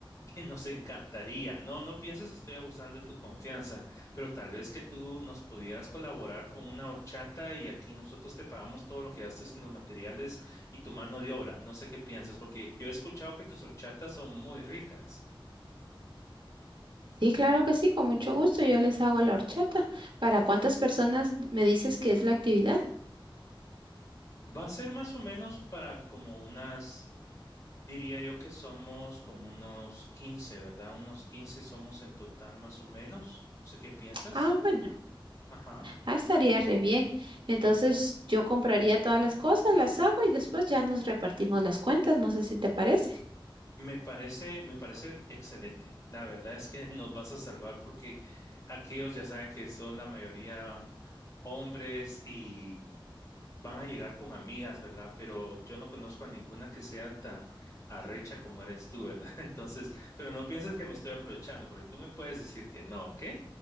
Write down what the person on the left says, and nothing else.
que nos encantaría. No, no pienses que estoy abusando de tu confianza, pero tal vez que tú nos pudieras colaborar con una horchata y aquí nosotros te pagamos todo lo que gastes en los materiales y tu mano de obra. No sé qué piensas, porque yo he escuchado que tus horchatas son muy ricas.
Va a ser más o menos para como unas, diría yo que somos como unos 15, ¿verdad? Unos 15 somos en total más o menos. No sé qué piensas.
Ajá.
Me parece, me parece excelente. La verdad es que <laughs> nos vas a salvar porque aquellos ya saben que son la mayoría hombres y van a llegar con amigas, ¿verdad? Pero yo no conozco a ninguna que sea tan arrecha como eres tú, ¿verdad? <laughs> Entonces, pero no pienses que me estoy aprovechando, porque tú me puedes decir que no, ¿ok?